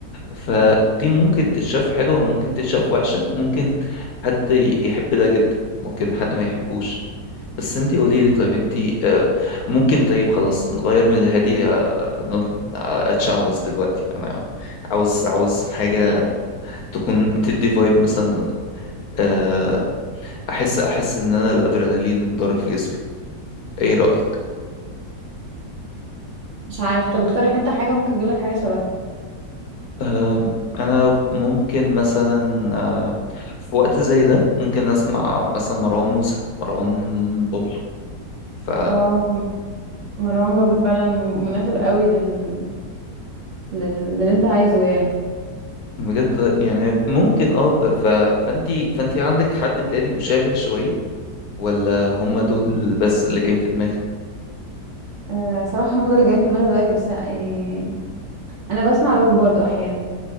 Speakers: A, on the left; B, on the right.
A: فدي ممكن تتشاف حلوة وممكن تتشاف وحشة ممكن حد يحب ده جدا ممكن حد ما يحبوش بس انتي قولي لي طيب انتي آه، ممكن طيب خلاص نغير من الهادي آه، نط- آه، اتشعوذ دلوقتي انا عاوز عاوز حاجة
B: <laughs>
A: تكون تدي فايب مثلا آه، احس احس ان انا الادرينالين ضارب في جسمي ايه رأيك
B: مش عارف طب اقترح أنت حاجة ممكن أجيب لك حاجة شبهها
A: آم، انا ممكن مثلا آه، في وقت زي ده ممكن اسمع مثلا مروان موسى مروان بابلو ف
B: اه م- مروان بابلو فعلا مناسب قوي لل... لل... للي انت عايزه يعني
A: بجد يعني ممكن اه ب- ف... فانتي فانتي عندك حد تاني مشابه شوية ولا هم دول بس اللي جايين في دماغك
B: أه صراحة هم دول اللي جايين في دماغي دلوقتي بس يعني انا بسمع روك برضو احيانا